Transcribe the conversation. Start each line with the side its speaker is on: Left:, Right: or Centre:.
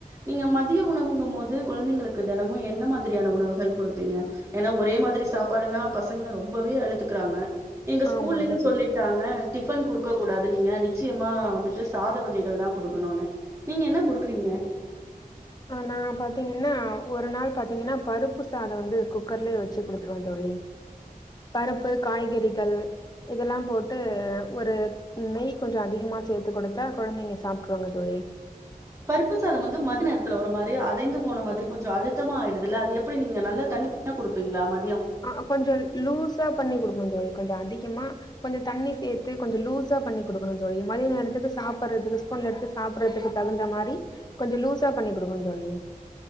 Right: நீங்க மதிய உணவுங்கும் போது குழந்தைங்களுக்கு தெனமு என்ன மாதிரியான உணவுகள் கொடுப்பீங்க? ஏன்னா ஒரே மாதிரி சாப்பாடுனா பசங்க ரொம்பவே அலு த்துக்கிறாங்க எங்க ஸ்கூல்லயு
Left: ஆமா தோழி.
Right: சொல்லிட்டாங்க டிஃபன் குடு க்க கூடாது நீங்க நிச்சயமா வந்துட்டு சா த வகைகள்தா குடுக்கணுன்னு நீங்க என்ன குடுக்கறீங்க?
Left: ஆ நா பாத்தீங்கன்னா ஒரு நாள் பாத்தீங்கன்னா பருப்பு சாதோ வந்து குக்கர்லயே வச்சு குடுத்துருவே தோழி. பருப்பு காய்கறிகள் இதெல்லா போட்டு ஒரு நெய் கொஞ்ச அதிகமா சேத்து கொடுத்தா கொழந்தைங்க சாப்ட்டுருவாங்க தோழி.
Right: பருப்பு சாதம் வந்து மதிய நேரத்துல ஒரு மாரி அடைந்து போன மாதிரி கொஞ்ச அழுத்தமா ஆயிடுதுல்ல அது எப்பிடி நீங்க நல்லா தண்ணியா குடுப்பீங்களா ம
Left: அ அ கொஞ்ச லூசா பண்ணி குடுப்பே தோழி கொஞ்ச அதிகமா கொஞ்ச தண்ணி சேத்து கொஞ்ச லூசா பண்ணி குடுக்கணு தோழி மதிய நேரத்துக்கு சாப்படறதுக்கு ஸ்பூன்ல எடுத்து சாப்படறதுக்கு தகுந்த மாரி கொஞ்ச லூஸா பண்ணி் குடுக்கணு தோழி